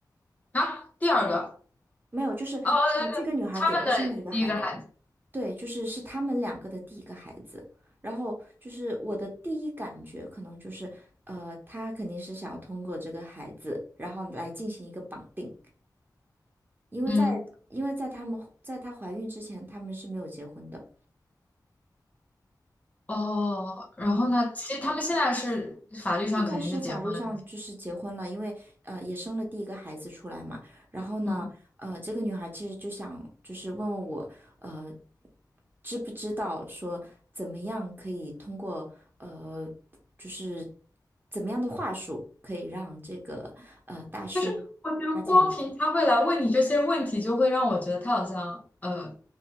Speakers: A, on the left; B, on the right.
A: 啊，第二个
B: 嗯没有，就是呃这个女孩给他生了一个孩子，
A: 哦，对对，他们的第一个孩子，
B: 对，就是是他们两个的第一个孩子，然后就是我的第一感觉可能就是，呃，他肯定是想要通过这个孩子，然后来进行一个绑定，因为在因为在他们在她怀孕之前，
A: 嗯
B: 他们是没有结婚的，
A: 哦，然后呢，
B: 嗯，
A: 其实他们现在是法律上肯定是结婚了，
B: 现在是法律上就是结婚了，因为呃也生了第一个孩子出来嘛，然后呢，
A: 嗯，
B: 呃，这个女孩其实就想就是问问我，呃。知不知道说怎么样可以通过呃，就是怎么样的话术可以让这个呃大叔
A: 但是我觉得光凭他会来问你这些问题，
B: 花钱给他？
A: 就会让我觉得他好像呃